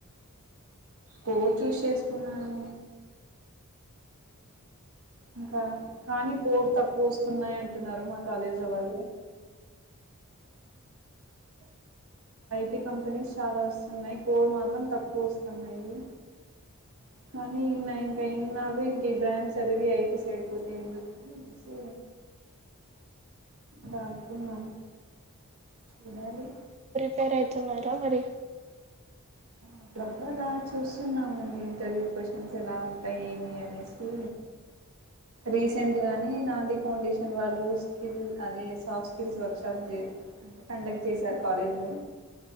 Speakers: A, on the right; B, on the right.
A: కోడ్ చూస్ చేసుకున్నాను ఇంకా కానీ కోడ్ తక్కువ వస్తున్నాయి అంటున్నారు మా కాలేజీ ల వాళ్ళు
B: <inaudible>
A: టి కంపెనీస్ చాలా వస్తున్నాయి కోడ్ మాత్రం తక్కువ వస్తున్నాయి కానీ ఇన్న ఇంకా ఎన్నాళ్ళ ఇంకా ఈ బ్రాంచ్ చదివి ఐటీ సైడ్ పోతే ఎందుకు అనేనేసి దానుకున్నా ఇనాలి
B: ప్రీపేరతున్నారా మరి
A: అప్పుడప్పుడు ఇలా చూస్తున్నామండి ఇంటర్వ్యూ క్వశ్చన్స్ ఎలా ఉంటాయి ఏమి అనేసి రీసెంట్ గాని నాంది ఫౌండేషన్ వాళ్ళు స్కిల్ అదే సాఫ్ట్ స్కిల్స్ వర్షాప్ అంటే కండక్ట్ చేసారు కాలేజ్ లో